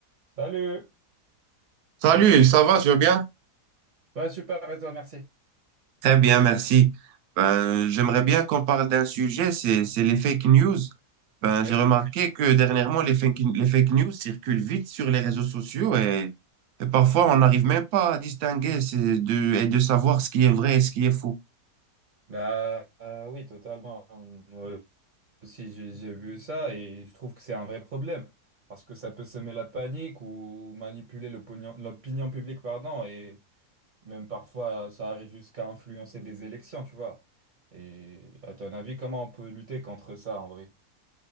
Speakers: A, on the right; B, on the right.
A: Salut!
B: Salut, ça va, tu vas bien?
A: Ouais, super, et toi, merci.
B: Très bien, merci. Ben, j'aimerais bien qu'on parle d'un sujet, c'est, c'est les fake news. Ben,
A: Oui.
B: j'ai remarqué que dernièrement, les fake, les fake news circulent vite sur les réseaux sociaux et, et parfois, on n'arrive même pas à distinguer ces deux, et de savoir ce qui est vrai et ce qui est faux.
A: Bah euh, oui, totalement. Moi aussi, j'ai j'ai vu ça et je trouve que c'est un vrai problème parce que ça peut semer la panique ou manipuler l'opinion, l'opinion publique, pardon, et même parfois ça arrive jusqu'à influencer des élections, tu vois. Et à ton avis, comment on peut lutter contre ça en vrai?